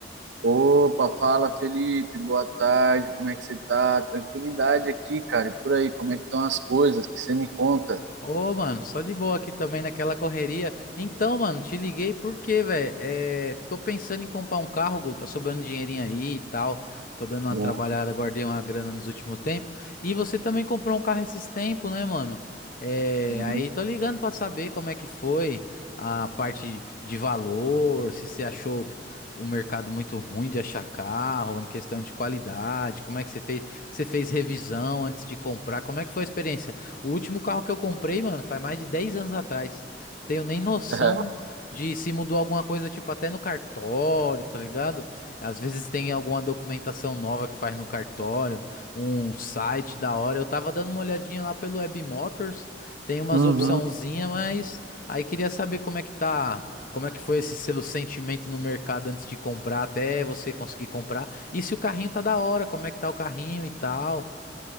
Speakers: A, on the right; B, on the left.
A: Opa, fala Felipe, boa tarde, como é que você tá? Tranquilidade aqui, cara, e por aí, como é que estão as coisas que você me conta?
B: Ô, mano, só de boa aqui também naquela correria. Então, mano, te liguei porque, velho, é, tô pensando em comprar um carro, Gu, tá sobrando dinheirinho aí e tal. Tô dando uma
A: Bom,
B: trabalhada, guardei uma grana nos últimos tempos. E você também comprou um carro esses tempos, né, mano? É,
A: sim.
B: aí tô ligando pra saber como é que foi a parte de valor, se você achou o mercado muito ruim de achar carro, em questão de qualidade, como é que você fez? Você fez revisão antes de comprar? Como é que foi a experiência? O último carro que eu comprei, mano, faz mais de 10 anos atrás. Tenho nem noção
A: <laughs>
B: de se mudou alguma coisa, tipo, até no cartório, tá ligado? Às vezes tem alguma documentação nova que faz no cartório, um site da hora. Eu tava dando uma olhadinha lá pelo Webmotors, tem umas
A: Uhum.
B: opçãozinha, mas aí queria saber como é que tá, como é que foi esse seu sentimento no mercado antes de comprar, até você conseguir comprar. E se o carrinho tá da hora, como é que tá o carrinho e tal.